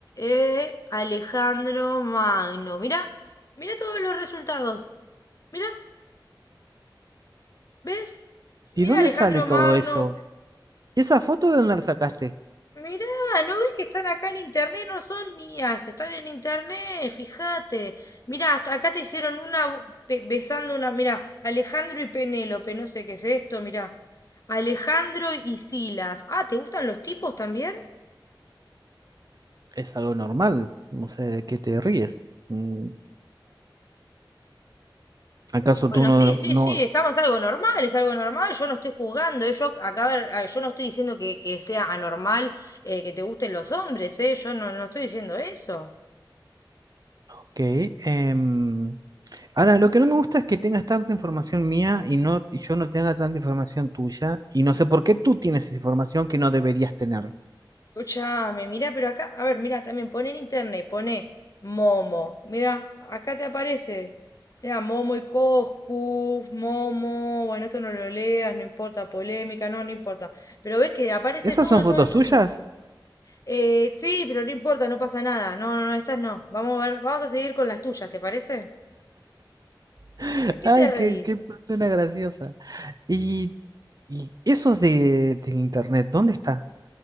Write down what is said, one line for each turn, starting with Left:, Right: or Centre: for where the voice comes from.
Left: Eh, Alejandro Magno, mirá, mirá todos los resultados, mirá, ¿ves?
Right: ¿Y
Left: Mirá,
Right: dónde
Left: Alejandro
Right: sale todo
Left: Magno,
Right: eso? ¿Y esa foto de dónde la sacaste?
Left: Mirá, ¿no ves que están acá en internet? No son mías, están en internet, fíjate. Mirá, hasta acá te hicieron una bu- be- besando una, mirá, Alejandro y Penélope, no sé qué es esto, mirá. Alejandro y Silas. Ah, ¿te gustan los tipos también?
Right: Es algo normal, no sé de qué te ríes. Mm, ¿Acaso
Left: Bueno,
Right: tú no...
Left: sí, sí,
Right: no...
Left: sí, estamos algo normal, es algo normal, yo no estoy juzgando, eh, yo acá, a ver, ah, yo no estoy diciendo que, que sea anormal eh, que te gusten los hombres, eh, yo no, no estoy diciendo eso.
Right: Ok. em, Ahora, lo que no me gusta es que tengas tanta información mía y, no, y yo no tenga tanta información tuya. Y no sé por qué tú tienes información que no deberías tener.
Left: Escucha, me mira, pero acá, a ver, mira, también pone en internet, pone Momo. Mira, acá te aparece. Mira, Momo y Coscu, Momo. Bueno, esto no lo leas, no importa, polémica, no, no importa. Pero ves que aparece
Right: ¿Esas
Left: todo
Right: son
Left: de todo
Right: fotos
Left: el
Right: tuyas?
Left: mundo. Eh, sí, pero no importa, no pasa nada. No, no, no, estas no. Vamos a ver, vamos a seguir con las tuyas, ¿te parece?
Right: <laughs>
Left: ¿De qué
Right: Ay,
Left: te reís?
Right: qué, qué persona graciosa. Y, y eso de, del internet, ¿dónde está?